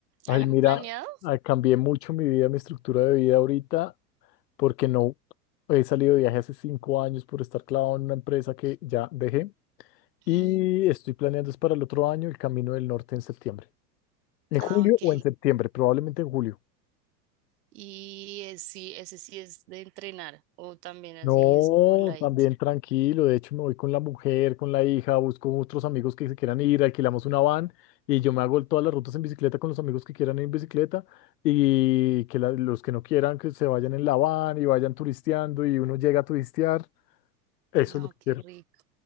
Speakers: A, on the left; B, on the right.
A: Ay,
B: ¿Algo
A: mira,
B: planeado?
A: ah, cambié mucho mi vida, mi estructura de vida ahorita, porque no he salido de viaje hace cinco años por estar clavado en una empresa que ya dejé. Y
B: Mm,
A: estoy planeando es para el otro año el Camino del Norte en septiembre. En julio
B: Ah, ok.
A: o en septiembre, probablemente en julio.
B: Y eh, sí, ese sí es de entrenar, o también así
A: No,
B: es como light.
A: también tranquilo. De hecho, me voy con la mujer, con la hija, busco otros amigos que se quieran ir, alquilamos una van y yo me hago todas las rutas en bicicleta con los amigos que quieran ir en bicicleta y que la- los que no quieran que se vayan en la van y vayan turisteando y uno llega a turistear. Eso
B: No,
A: es lo que
B: qué
A: quiero.
B: rico,